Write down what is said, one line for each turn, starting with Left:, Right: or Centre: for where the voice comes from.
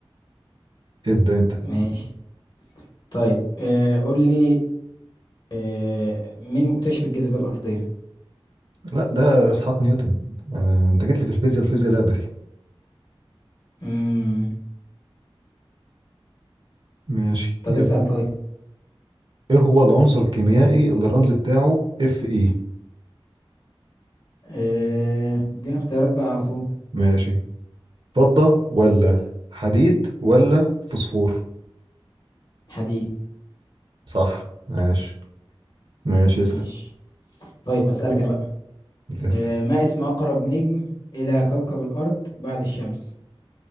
Right: ابدأ انت
Left: ماشي طيب أه قول لي آه، مين مكتشف الجاذبية الأرضية؟
Right: لا ده اسحاق نيوتن أنا... انت جيت لي في الفيزياء الفيزياء لعبتي
Left: مم.
Right: ماشي
Left: طب
Right: يلا
Left: اسأل طيب
Right: ايه هو العنصر الكيميائي اللي الرمز بتاعه اف اي
Left: آه، ادينا اختيارات بقى على طول
Right: ماشي فضة ولا حديد ولا فوسفور
Left: حديد
Right: صح ماشي ماشي
Left: ماشي
Right: اسأل
Left: طيب أسألك أنا بقى
Right: اسأل
Left: آه، ما اسم أقرب نجم إلى كوكب الأرض بعد الشمس؟